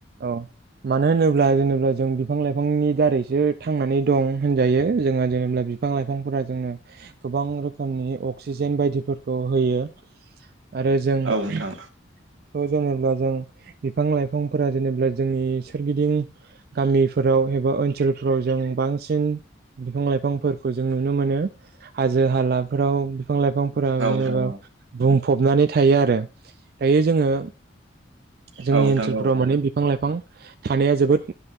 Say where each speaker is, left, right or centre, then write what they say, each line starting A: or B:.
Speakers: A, on the right (about 50°); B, on the right (about 80°).
A: औ मानो होनोब्ला जेनेबा जों बिफां लाइफांनि दारैसो थांनानै दं होनजायो। जोङो जेनेबा बिफां लाइफांफोरा जोंनो गोबां रोखोमनि अक्सिजेन बायदिफोरखौ होयो। आरो जों
B: औ नोंथां
A: <unintelligible> जों जों बिफां लाइफां बिफांफोरा जेनेबा जोंनि सोरगिदिं गामिफोराव एबा ओनसोलफोराव जों बांसिन बिफां लाइफांफोरखौ जों नुनो मोनो हाजो हालाफोराव बिफां लाइफांफोरा
B: औ
A: जेनेबा
B: नोंथां
A: बुं फबनानै थायो आरो दायो जोङो जोंनि
B: औ नोंथां
A: ओनसोलफोराव
B: औ
A: माने बिफां लाइफां थानाया जोबोद